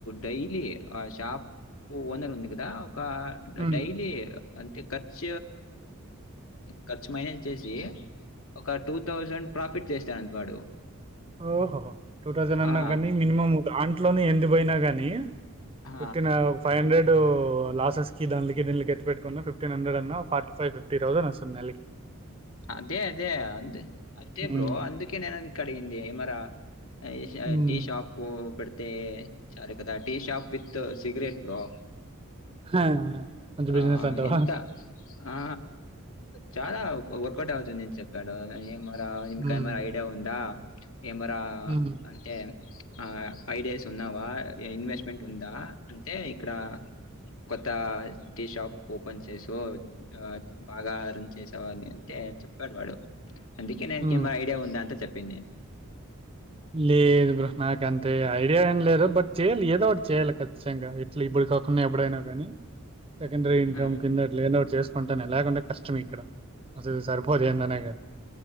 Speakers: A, on the left; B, on the right.
A: డైలీ ఆ షాప్ ఓనర్ ఉంది కదా ఒక
B: హ్మ్.
A: డైలీ అంటే కచ్ కచ్ మైనస్ వచ్చేసి ఒక టూ థౌసండ్ ప్రాఫిట్ చేశాడండి వాడు
B: ఓహోహో టూ థౌజండ్ అన్నా
A: ఆ!
B: కానీ మినీమమ్ దాంట్లోనే ఎంది పోయినా కాని
A: ఆ!
B: ఫిఫ్టీన్ ఫైవ్ హండ్రెడ్ లాసెస్ కి దాన్లకి దీన్లకి ఎత్ పెట్టుకున్నా ఫిఫ్టీన్ హండ్రెడన్నా ఫార్టీ ఫైవ్ ఫిఫ్టీ థౌసండ్ వస్తుం కొన్నాలకి
A: అదే అదే అంతే అంతే
B: హ్మ్.
A: బ్రో అందుకే నేన కడిగింది మరా ఐ షా
B: హ్మ్.
A: టీ షాప్ పో పెడితే చాలు కదా tea shop with cigarette bro
B: హ కొంచెం బిజినెస్
A: ఆ!
B: అంటావా
A: ఎంత ఆ చాలా వర్కౌట్ అవుతుంది అని చెప్పాడు. మరా ఇంకేమై
B: హ్మ్.
A: ఐడియా ఉందా ఏమరా
B: హ్మ్.
A: అంతే ఆ ఐడియాస్ ఉన్నావా ఇన్వెస్ట్మెంట్ ఉందా అంతే ఇక్కడ కొత్త టీ షాప్ ఓపెన్ చేసు ఆ బాగా రన్ చేసావని తే చెప్పాడు వాడు అందుకే నేను
B: హ్మ్.
A: టీ మా ఐడియా ఉంద అంటే చెప్ పినే
B: లేదు బ్రో నాకు అంత ఐడియా ఏం లేదు బట్ చెయ్యాలి ఏదో ఒకటి చేయాలి ఖచ్చితంగా ఇట్లా ఇప్పుడు కాకుండా ఎప్పుడైనా గానీ సెకండరీ ఇన్కమ్
A: ఆహా!
B: కింద అట్లే ఏదో ఒకటి చెస్ కుంటనే లేకుంటే కష్టం ఇక్కడ అసలు సర్పోదు ఏందన్నా గాని